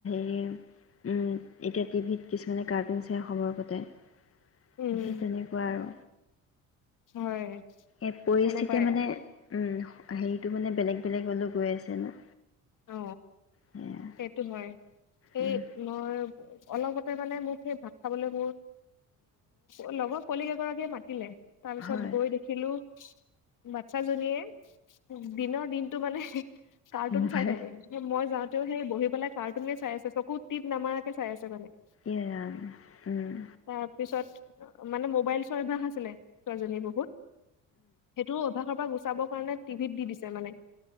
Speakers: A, on the left; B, on the left.
A: <inaudible> এতিয়া টিভিত কিছুমানে কাৰ্টুন চাই সময় কটায়
B: উম
A: সেই তেনেকুৱা আৰু
B: হয়
A: এ পৰিস্থিতি
B: তেনেকুৱাই
A: মানে উম হেৰিটো মানে বেলেগ বেলেগ অলে গৈ আছে ন
B: অ
A: সেয়া
B: সেইটো হয় এই
A: উম,
B: মই অলপতে মানে মোক সেই ভাত খাবলৈ মোৰ অ লগৰ কলিক এগৰাকীয়ে মাতিলে তাৰ পিছত
A: হয়
B: গৈ দেখিলো বাচ্ছাজনীয়ে দিনৰ দিনটো মানে কাৰ্টুন
A: মোবাইল
B: চাই থাকে মই যাওঁতেও সেই বহি পেলাই কাৰ্টুন চাই আছে চকুত টিপ নামাৰাকে চাই আছে মানে
A: এ ৰাম উম
B: তাৰ পিছত মানে মোবাইল চোৱাৰ অভ্যাস আছিলে ছোৱীজনীৰ বহুত সেইটো অভ্যাসৰ পৰা গুচাব <inaudible> টিভিত দি দিছে মানে